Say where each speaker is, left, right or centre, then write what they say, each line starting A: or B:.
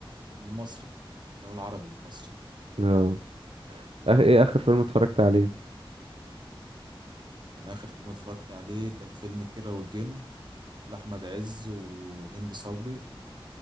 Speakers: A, on the right; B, on the right.
A: للمصري الافلام العربي المصري
B: اه اه ايه اخر فيلم اتفرجت عليه
A: انا اخر فيلم اتفرجت عليه كان فيلم كيرة والجن لاحمد عز وهند صبري